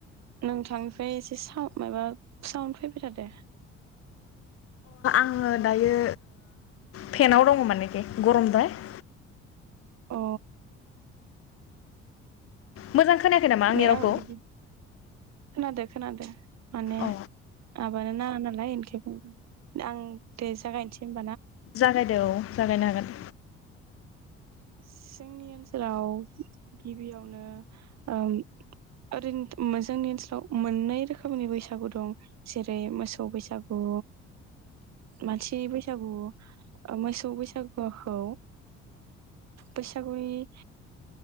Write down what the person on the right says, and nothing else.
नोंथांनिफ्राय एसे स माबा साउन फैबाय थादो
अ
नै
आ बिदि खोनादों। खोनादों। माने
<unintelligible> <unintelligible> आं दे जागायनोसै <unintelligible>
जोंनि ओनसोलाव गिबियावनो ओ ओरैनो जोंनि ओनसोलाव मोननै रोखोमनि बैसागु दं जेरै मोसौ बैसागु मानसि बैसागु मोसौ बैसागुखौ बैसागुनि